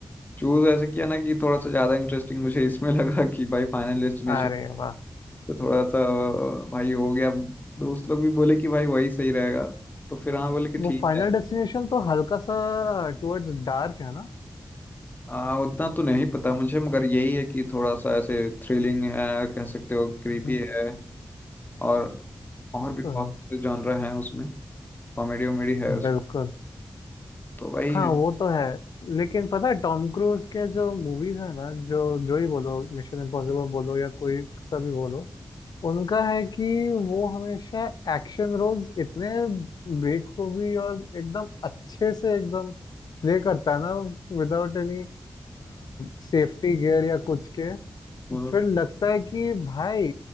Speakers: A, on the left; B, on the left.
A: चूज ऐसे किया ना कि थोड़ा सा ज्यादा इंटरेस्टिंग मुझे इसमें <laughs> लगा कि भाई फाइनल डेस्टिनेशन
B: अरे वाह
A: तो थोड़ा सा अ, भाई हो गया अब दोस्त लोग भी बोले कि भाई वही सही रहेगा तो फिर हाँ बोले कि ठीक
B: वो फाइनल
A: है
B: डेस्टिनेशन तो हल्का सा टुवर्ड्स डार्क है ना
A: आ, उतना तो नहीं पता मुझे मगर यही है कि थोड़ा सा ऐसे थ्रिलिंग है कह सकते हो क्रीपी
B: हम्म,
A: है और और
B: वो
A: भी
B: तो
A: बहुत
B: है
A: जॉनर हैं उसमें कॉमेडी वॉमेडी है उस
B: बिल्कुल
A: तो वही
B: हाँ
A: है
B: वो तो है लेकिन पता है टॉम क्रूज के जो मूवीज है ना जो जो ही बोलो मिशन इम्पॉसिबल बोलो या कोई सा भी बोलो उनका है कि वो हमेशा एक्शन रोल्स इतने बेखूबी और एकदम अच्छे से एकदम प्ले करता है ना विदाउट एनी सेफ्टी गियर या कुछ के
A: हाँ,
B: फिर लगता है कि भाई